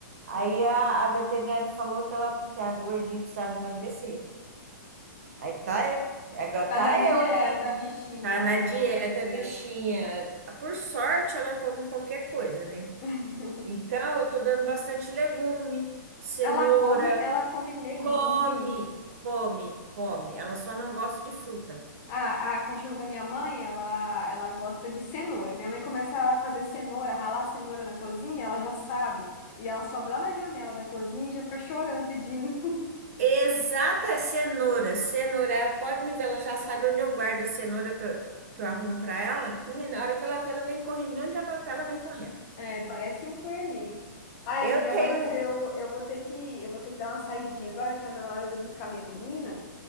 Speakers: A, on the right; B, on the left.
A: Aí a, a veterinária falou que ela, que a gordinha precisava emagrecer. Aí tá, é, agora
B: Tá
A: tá
B: na dieta,
A: eu aqui.
B: bichinho,
A: Tá na
B: oh,
A: dieta,
B: meu Deus.
A: bichinha. Por sorte, ela come qualquer coisa, né?
B: <laughs>
A: Então, eu tô dando bastante legume, cenoura,
B: Ela come, ela come legume.
A: come, come, come. Ela só não gosta de fruta.
B: A, a cachorra da minha mãe, ela, ela gosta de cenoura. Minha mãe começa a fazer cenoura, ralar cenoura na cozinha, ela já sabe. E ela sobe lá na janela da cozinha e já fica chorando, pedindo. <laughs>
A: Exata cenoura, cenoura, ela pode me ver, ela já sabe onde eu guardo a cenoura pra- que eu arrumo pra ela. Menina, na hora que ela vê, ela vem correndo, de onde ela tá, ela vem correndo.
B: É, parece um coelhinho. Ai,
A: Eu
B: amiga,
A: tenho.
B: mas eu,
A: um,
B: eu vou ter que, eu vou ter que dar uma saidinha agora, que tá na hora de eu buscar minha menina.